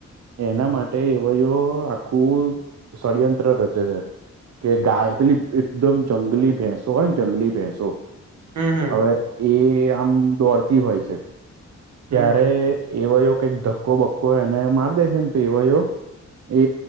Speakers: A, on the right; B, on the right.
A: એના માટે એવયયો આખું ષડયંત્ર રચે છે કે ગાય પેલી એકદમ જંગલી ભેંસો હોયને જંગલી ભેંસો
B: હમ હમ
A: હવે એ આમ દોડતી હોય છે
B: હમ
A: ત્યારે
B: હમ
A: એવયો કઈક ધક્કો બક્કો એને માર દે છે ને તું એવયો એ